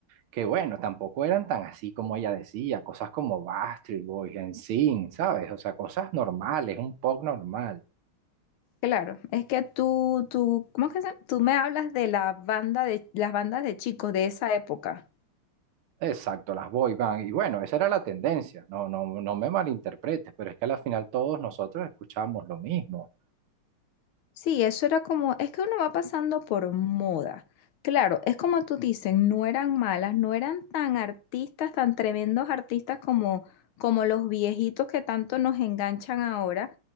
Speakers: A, on the right (about 80°); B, on the left (about 80°).
A: que bueno, tampoco eran tan así como ella decía, cosas como Backstreet Boys, NSYNC, ¿sabes? O sea, cosas normales, un pop normal.
B: Claro, es que tú, tú, ¿cómo es que se llama? Tú me hablas de la banda de, las bandas de chicos de esa época.
A: Exacto, las boy band. Y bueno, esa era la tendencia, no, no, no me malinterpretes, pero es que al final todos nosotros escuchábamos lo mismo.
B: Sí, eso era como, es que uno va pasando por moda. Claro, es como tú dices, no eran malas, no eran tan artistas, tan tremendos artistas como, como los viejitos que tanto nos enganchan ahora,